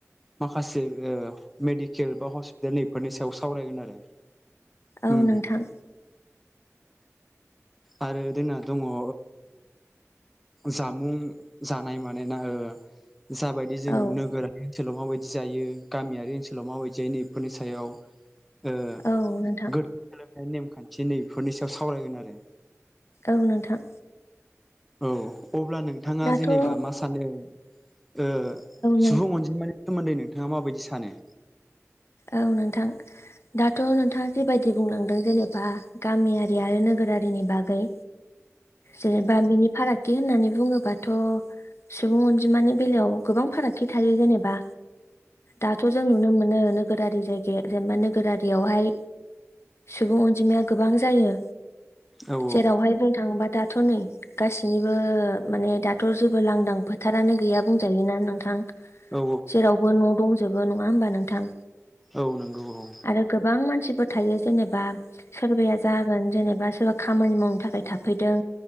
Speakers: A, in the centre; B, on the left.
A: माखासे ओ मेडिकेल बा हस्पिटाल नैफोरनि सायाव सावरायगोन आरो।
B: औ
A: उम
B: नोंथां।
A: आरो जोंना दङ ओ जामुं जानाय मानोना ओ जाबायदि जों
B: औ
A: नोगोरारि ओनसोलाव माबायदि जायो गामियारि ओनसोलाव माबायदि जायो नै बेफोरनि सायाव ओ <unintelligible>
B: औ नोंथां
A: सोलोंथाइ नेमखान्थि नैबेफोरनि सायाव सावरायगोन आरो।
B: औ नोंथां।
A: औ अब्ला नोंथाङा
B: दाथ'
A: जेनेबा
B: औ
A: मा सानो ओ
B: नों
A: सुबुं अनजिमानि सोमोन्दै नोंथाङा माबायदि सानो
B: औ नोंथां दाथ' नोंथाङा जिबायदि बुंलांदों जेनेबा गामियारि आरो नोगो नोगोरारिनि बागै।
A: <unintelligible>
B: जेनेबा बिनि फारागथि होननानै बुङोबाथ' सुबुं अनजिमानि बेलायाव गोबां फारागथि थायो जेनेबा दाथ' जों नुनो मोनो नो नोगोरारि जायगाया जेनेबा नोगोरारियावहाय सुबुं अनजिमाया गोबां जायो।
A: औ
B: जेरावहाय जों थाङोबा। दाथ' नै गासिनिबो माने दाथ' जेबो लांदां फोथारानो गैया बुंजायोना नोंथां?
A: औ
B: जेरावबो न' दंजोबो नङा होमबा नोंथां।
A: औ नोंगौ औ।
B: आरो गोबां मानसिफोर थायो जेनेबा सोरबाया जागोन जेनेबा सोरबा खामानि मावनो थाखाय थाफैदों।